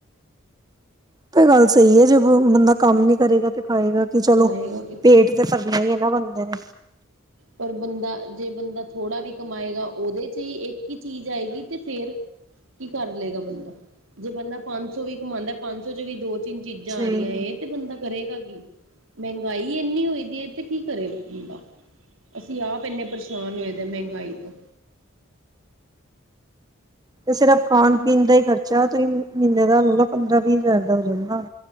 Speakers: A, on the right; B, on the right.
A: ਤਾਂ ਇਹ ਗੱਲ ਸਹੀ ਹੈ ਜੇ ਬੰਦਾ ਕੰਮ ਨੀ ਕਰੇਗਾ ਤੇ ਖਾਏਗਾ ਕੀ ਕਿ ਚਲੋ
B: ਖਾਏਗਾ ਕਿੱਥੋਂ
A: ਪੇਟ ਤੇ ਭਰਨਾ ਹੀ ਹੈਨਾ ਬੰਦੇ ਨੇ
B: ਪਰ ਬੰਦਾ ਜੇ ਬੰਦਾ ਥੋੜਾ ਵੀ ਕਮਾਏਗਾ ਉਹਦੇ 'ਚ ਹੀ ਇੱਕ ਹੀ ਚੀਜ਼ ਆਏਗੀ। ਤੇ ਫੇਰ ਕੀ ਕਰ ਲਏਗਾ ਬੰਦਾ ਜੇ ਬੰਦਾ ਪੰਜ ਸੌ ਵੀ ਕਮਾਉਂਦਾ ਪੰਜ ਸੌ 'ਚ ਵੀ ਦੋ ਚਿਨ ਚੀਜ਼ਾਂ
A: ਸਹੀ
B: ਆ ਰਹੀਆਂ ਇਹ ਤੇ ਬੰਦਾ ਕਰੇਗਾ ਕੀ ਮਹਿੰਗਾਈ ਇੰਨੀ ਹੋਈ ਦੀ ਹੈ ਤੇ ਕੀ ਕਰੇ। ਹ ਅਸੀਂ ਆਪ ਇੰਨੇ ਪਰੇਸ਼ਾਨ ਹੋਏ ਦੇ ਮਹਿੰਗਾਈ ਤੋਂ
A: ਤੇ ਸਿਰਫ ਖਾਣ ਪੀਣ ਦਾ ਹੀ ਖਰਚਾ ਤੁਹੀ ਮਹੀਨੇ ਦਾ ਲੈ ਲਓ ਪੰਦਰਾਂ ਵੀਹ ਹਜ਼ਾਰ ਦਾ ਹੋ ਜਾਂਦਾ।